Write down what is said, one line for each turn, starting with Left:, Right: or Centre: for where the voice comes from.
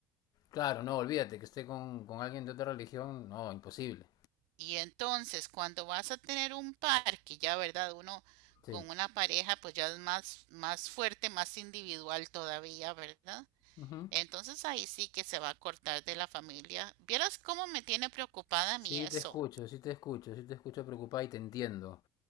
Left: Claro, no, olvídate que esté con, con alguien de otra religión, no, imposible.
Right: Y entonces, cuando vas a tener un par, que ya, ¿verdad? Uno
Left: Sí.
Right: con una pareja, pues ya es más, más fuerte, más individual todavía, ¿verdad?
Left: Ujú.
Right: Entonces ahí sí que se va a cortar de la familia. ¿Vieras cómo me tiene preocupada a
Left: Sí,
Right: mí eso?
Left: te escucho, sí te escucho, sí te escucho preocupada y te entiendo,